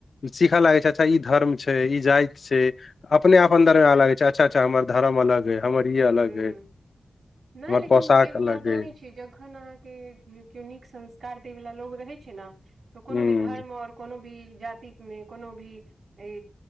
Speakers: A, on the left (about 70°); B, on the right (about 90°).
A: सीखऽ लागै छै अच्छा ई धर्म छै, ई जाति छै। अपने अपन्दरमे अलग छै अच्छा-अच्छा हमर धरम अलग हमर ई। अलग
B: हू
A: अइ
B: नहि
A: हमर
B: लेकिन
A: पोशाक
B: एगो
A: अलग
B: बात जानै
A: अइ
B: छियै, जखन अहाँके केओ नीक संस्कार देय वाला लोग रहे छै, ने तऽ कोनो
A: हूँ
B: भी धर्म और कोनो भी जाति मे कोनो भी ई